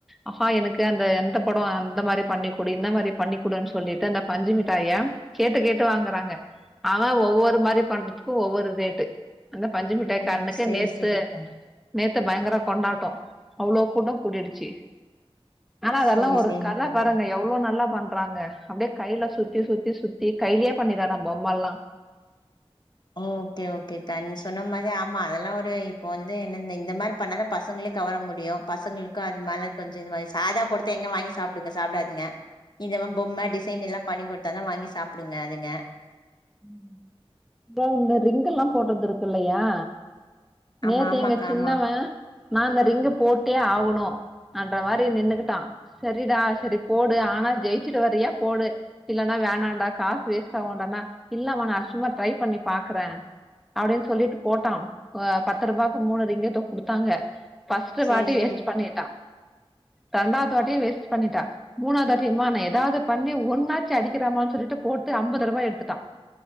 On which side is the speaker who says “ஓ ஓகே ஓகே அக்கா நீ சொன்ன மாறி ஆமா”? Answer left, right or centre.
Left